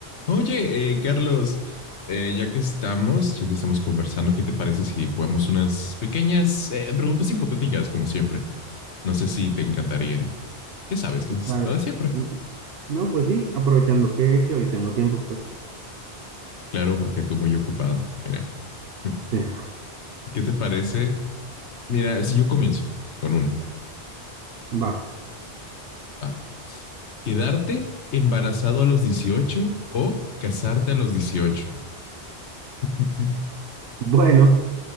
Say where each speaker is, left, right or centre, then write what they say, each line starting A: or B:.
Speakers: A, on the left; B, on the right.
A: Oye, eh, Carlos, eh, ya que estamos, ya que estamos conversando, ¿qué te parece si jugamos unas pequeñas eh, preguntas hipotéticas, como siempre? No sé si te encantaría. Ya sabes, lo,
B: O sea,
A: lo de siempre.
B: mm, no, pues sí, aprovechando que, que hoy tengo tiempo, pues
A: Claro, porque tú muy ocupado. Mira, <laughs>
B: sí,
A: ¿qué te parece? Mira, si yo comienzo con una.
B: va.
A: Va. ¿Quedarte embarazado a los dieciocho o casarte a los dieciocho. <laughs>
B: Bueno,